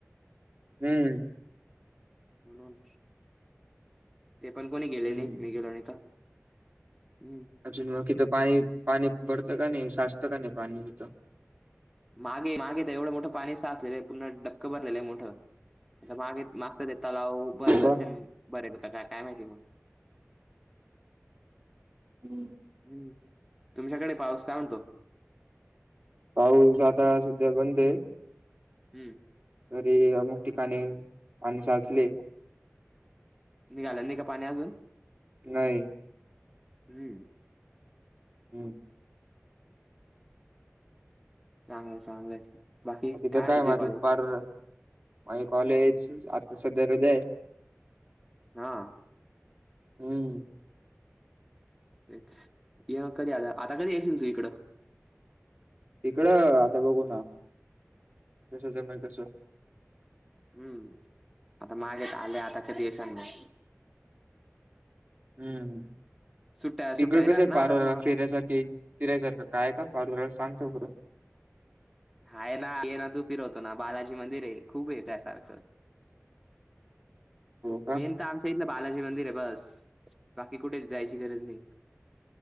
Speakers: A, on the right; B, in the centre.
A: हम्म
B: म्हणून ते पण कोणी गेले
A: हम्म
B: नाही मी गेलो नाही तर हम्,
A: अजून म तिथं पाणी पाणी भरतं का नाही साचतं का नाही पाणी तिथं,
B: मागे मागे एवढं मोठं पाणी साचलेलं आहे पूर्ण डक्क भरलेलं आहे मोठं मागे. तर ते तलाव भरलं
A: का?
B: असेल भरेल का का काय माहिती मग,
A: हम् <inaudible>
B: हम्म तुमच्याकडे पाऊस म्हणतो.
A: पाऊस आता सध्या बंद आहे.
B: हम्म
A: तरी अमुमुक ठिकाणी पाणी साचले.
B: निघाला नाही का पाणी अजून
A: नाही
B: हम्म,
A: हम
B: चांगलं चांगलंय बाकी
A: तिथं
B: काय म्हतय
A: माझं
B: कॉलेज,
A: पार माझे कॉलेज आता सध्या हृदय-
B: हा
A: हम्म
B: तेच कधी आलं आता कधी असशील तू इकडं
A: तिकड आता बघू ना कस. जमले तसं
B: हम्म आता मागे आले आता कधीसांना <unintelligible>
A: हम्म
B: सुट्ट्या सुट्ट्या
A: तिकड
B: नाही
A: कस
B: राहत
A: आहे
B: ना
A: पारवला
B: आता तुम्हाला
A: फेऱ्यासाठी फिरायसारख काय का फार व सांगतो खरं
B: हाय ना ये ना तू फिरवतो ना बालाजी मंदिर आहे खूप ये त्यासारखं
A: हो का
B: मेन आता आमच्या इथलं बालाजी मंदिर आहे बस बाकी कुठे जायची गरज नाही.